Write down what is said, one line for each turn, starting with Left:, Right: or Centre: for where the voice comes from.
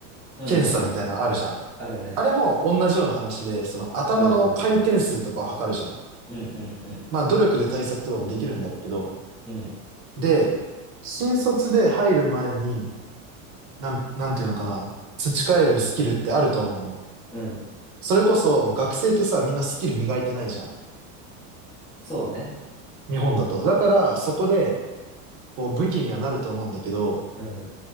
Centre: うんうんうん。
Right: 検査みたいなのあるじゃん。
Centre: あるね。
Right: あれも同じような話で、その頭の回転数とかを測るじゃん。
Centre: うんうんうん。うんうんうん。
Right: まあ努力で対策とかもできるんだろうけど。
Centre: うん。
Right: で、新卒で入る前に、なん、なんていうのかな、培えるスキルってあると思うの。
Centre: うん。
Right: それこそ学生ってさ、みんなスキル磨いてないじゃん。
Centre: そうね。
Right: 日本だと。だからそこで、こう武器にはなると思うんだけど、
Centre: うん。